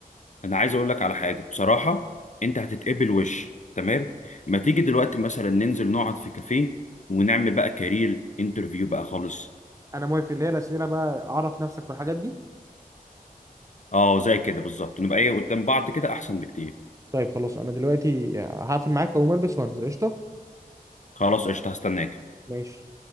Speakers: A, on the left; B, on the right.
A: انا عايز اقول لك على حاجه بصراحه انت هتتقبل وش تمام ما تيجي دلوقتي مثلا ننزل نقعد في كافيه ونعمل بقى كارير انترفيو بقى خالص
B: انا موافق اللي هي الاسئله بقى اعرف نفسك والحاجات دي
A: اه زي كده بالظبط نبقى ايه قدام بعض كده احسن بكتير
B: طيب خلاص انا دلوقتي هقفل معاك واقوم البس وانزل قشطه
A: خلاص قشطه هستناك
B: ماشي